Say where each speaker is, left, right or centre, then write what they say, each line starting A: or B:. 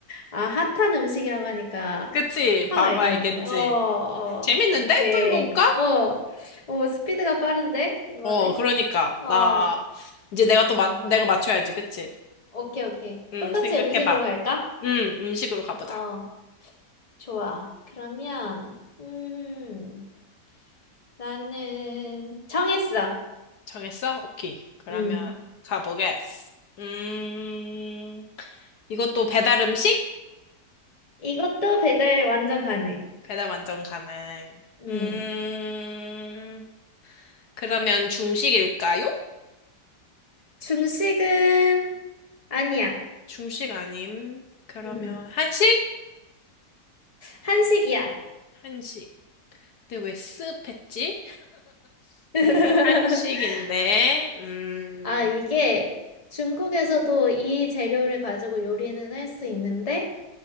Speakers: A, on the left; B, on the left.
A: 아, 핫한 음식이라고 하니까
B: 그치?
A: 확
B: 바로
A: 알겠네.
B: 알겠지?
A: 어, 어,
B: 재밌는데?
A: 오케이.
B: 또 해볼까?
A: 어, 오, 스피드가 빠른데, 이번에?
B: 어, 그러니까.
A: 어,
B: 나, 이제 내가 또,
A: 음,
B: 마, 내가 맞춰야지, 그치?
A: 오케이, 오케이.
B: 응,
A: 똑같이
B: 생각해봐.
A: 음식으로 갈까?
B: 음, 음식으로 가보자.
A: 어. 좋아. 그러면, 음, 나는 정했어.
B: 정했어? 오케이. 그러면
A: 음,
B: 가보겠어. 음, 이것도 배달 음식?
A: 이것도 배달 완전 가능.
B: 배달 완전 가능.
A: 음,
B: 음, 그러면 중식일까요?
A: 중식은 아니야.
B: 중식 아님. 그러면
A: 음,
B: 한식?
A: 한식이야.
B: 한식. 근데 왜 습했지?
A: <laughs>
B: 한식인데, 음,
A: 아, 이게 중국에서도 이 재료를 가지고 요리는 할 수 있는데,